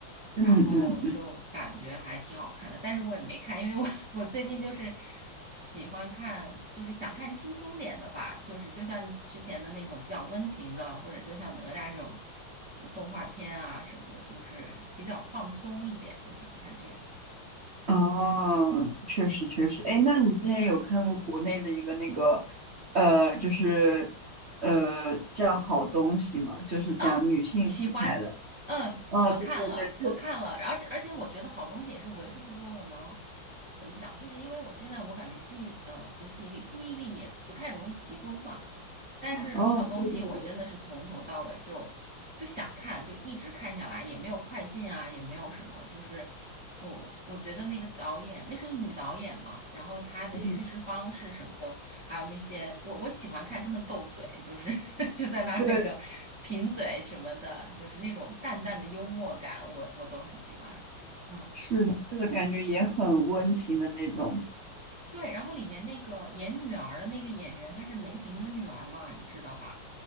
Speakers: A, in the centre; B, on the right.
A: 然后就感觉还挺好看的，
B: 嗯嗯。
A: 但是我也没看，因为我 <laughs> 我最近就是喜欢看，就是想看轻松点的吧，就是就像之前的那种比较温情的，或者就像哪吒这种就动画片啊什么的，就是比较放松一点，我想看这种。
B: 哦，确实确实，哎，那你之前有看过国内的一个那个，呃，就是呃叫好东西吗？就是讲女性题材的。
A: 啊，喜欢，嗯，
B: 哦，
A: 我看了，
B: 对对对，这
A: 我看了，而且而且我觉得好东西也是为数不多，我能怎么讲？就是因为我现在我感觉记忆力，嗯，不是记忆力，注意力也不太容易集中嘛，但是好东西我真的是从头到尾就就想看，
B: 哦，对对对，
A: 就一直看下来，也没有快进啊，也没有什么，就是我我觉得那个导演，那是个女导演嘛，然后她的叙事方式什么的，
B: 嗯，
A: 还有那些我我喜欢看他们斗嘴，就是 <laughs> 就在那儿那个贫嘴什么的，
B: 对，
A: 就是那种淡淡的幽默感，我我都很喜欢。嗯，
B: 是的，就是感觉也很温情的那种。
A: 对，然后里面那个演女儿的那个演员，她是梅婷的女儿嘛，你知道吧？